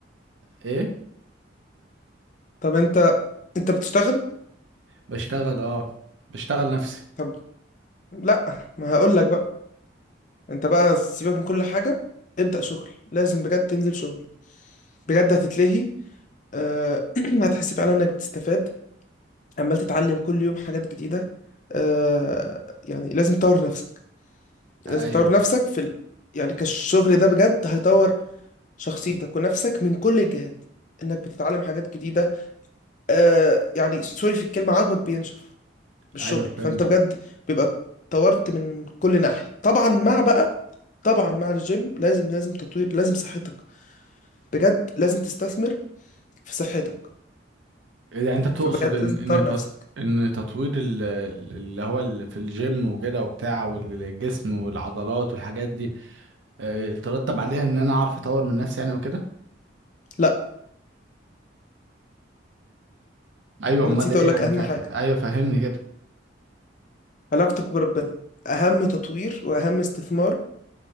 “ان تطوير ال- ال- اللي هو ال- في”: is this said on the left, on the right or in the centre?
Right